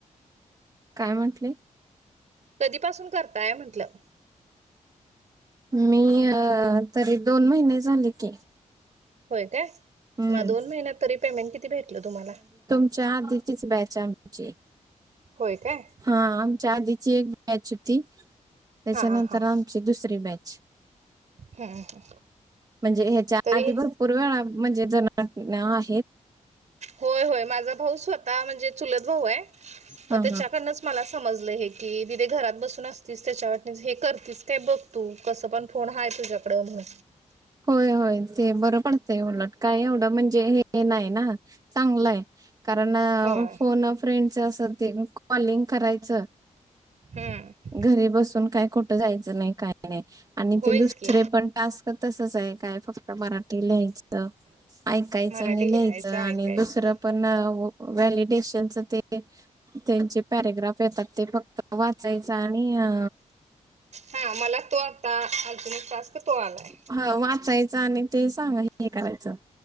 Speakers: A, on the right; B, on the right.
A: काय म्हटले
B: कधीपासून करताय म्हंटलं.
A: मी अ तरी दोन महिने झाले की.
B: होय काय
A: हम्म
B: मग दोन महिन्यात तरी पेमेंट किती भेटलं तुम्हाला.
A: चार दितीच बॅचा आमची.
B: होय काय.
A: हा आमच्या आधीचे एक बॅच होती. त्याच्यानंतर
B: हा हा
A: आमची दुसरी बॅच.
B: हम्म
A: म्हणजे ह्याच्या
B: तरी
A: आधी भरपूर वेळा म्हणजे ज <inaudible>
B: होय होय माझा भाऊ स्वत म्हणजे चुलत भाऊ आहे
A: हा
B: मग त्याच्याकड
A: हा
B: मी मला समजलं हे की दिदे घरात बसून असतीस त्याच्या वाटने हे करतीस काय बघ तू कसं पण फोन हाय तुझ्याकड म्हणून
A: होय होय ते बरं पडतंय उलट काय एवढं म्हणजे हे नाही ना. चांगलं आहे कारण
B: होय
A: फोन फ्रेंडच अस ते कॉलिंग करायचं.
B: हम्म
A: घरी बसून काय कुठं जायचं नाही काय नाही आणि
B: होयच
A: ते दुसरे
B: की
A: पण टस्क तसच आहे काय फक्त मराठी लिहायच ऐकायचं
B: मराठी
A: आणि
B: लिहायचं
A: लियचं आणि
B: ऐकायचं
A: दुसर पन ना व व्हॅलिडेशनच ते त्यांचे पॅरेग्राफ येतात ते फक्त वाचायचं आणि अ
B: हा मला तो आता अजून एक टास्क तो आलाय.
A: ह वाचायचं आणि ते सांग हे करायचं